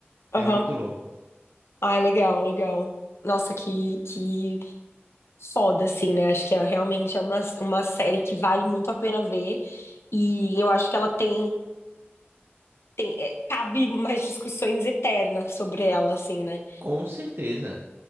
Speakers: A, on the left; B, on the right.
A: aham.
B: É muito louco.
A: Ai, legal, legal. Nossa, que, que foda, assim, né? Acho que é, realmente é uma, uma série que vale muito a pena ver. E eu acho que ela tem. é, cabe mais discussões eternas sobre ela, assim, né?
B: Com certeza.